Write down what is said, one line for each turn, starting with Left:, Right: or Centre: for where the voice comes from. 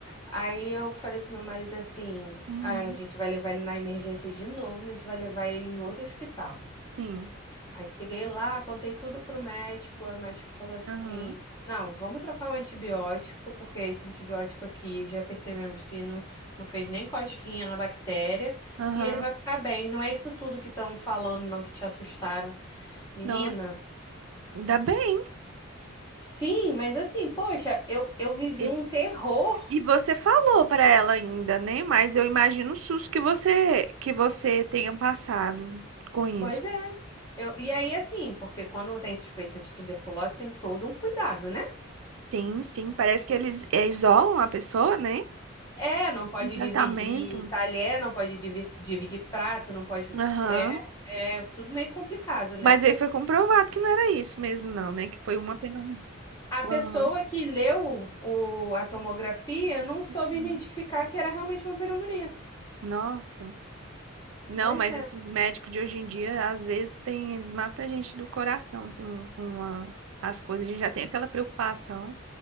Left: Aí eu falei pro meu marido assim,
Right: Uhum.
Left: "Ah, a gente vai levar ele na emergência de novo, mas a gente vai levar ele em outro hospital.
Right: Sim.
Left: Aí cheguei lá, contei tudo pro médico, aí o médico falou assim:
Right: Aham.
Left: Não, vamos trocar um antibiótico, porque esse antibiótico aqui já percebemos que não, não fez nem cosquinha na bactéria,
Right: Aham.
Left: e ele vai ficar bem. Não é isso tudo que estão falando, não, que te assustaram. Menina,
Right: Nossa. Ainda bem.
Left: sim, mas assim, poxa, eu, eu vivi
Right: E,
Left: um terror.
Right: e você falou para ela ainda, né? Mas eu imagino o susto que você que você tenha passado com isso.
Left: Pois é. Eu, e aí, assim, porque quando tem suspeita de tuberculose, tem todo um cuidado, né?
Right: Sim, sim. Parece que eles eh, isolam a pessoa, né?
Left: É, não pode
Right: Em tratamento.
Left: dividir talher, não pode divi- dividir prato, não pode.
Right: Aham.
Left: É, é tudo meio complicado, né?
Right: Mas aí foi comprovado que não era isso mesmo, não, né? Que foi uma apenas.
Left: A pessoa
Right: Aham.
Left: que leu o, a tomografia não soube
Right: Uhum.
Left: identificar que era realmente uma pneumonia.
Right: Nossa. Não,
Left: Pois
Right: mas
Left: é,
Right: esses médicos de hoje em dia, às vezes, tem, eles matam a gente do coração com, com a- as coisas. A gente já tem aquela preocupação,